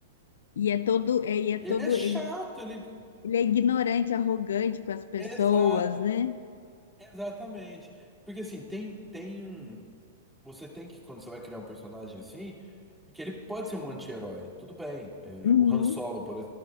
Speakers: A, on the left (about 70°); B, in the centre.
A: e é todo, é, e é
B: Ele
A: todo,
B: é chato,
A: ele,
B: ele.
A: ele é ignorante, arrogante com as pessoas,
B: Exato,
A: né?
B: exatamente. Porque assim, tem, tem um. Você tem que, quando você vai criar um personagem assim, que ele pode ser um anti-herói, tudo bem. É,
A: Uhum.
B: o Han Solo, por